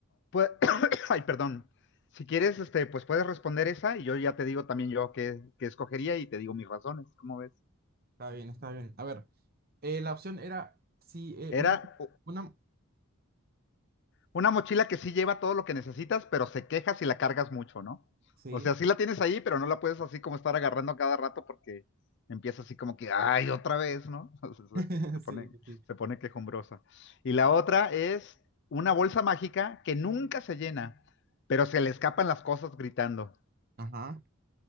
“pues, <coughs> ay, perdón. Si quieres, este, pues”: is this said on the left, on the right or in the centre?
Left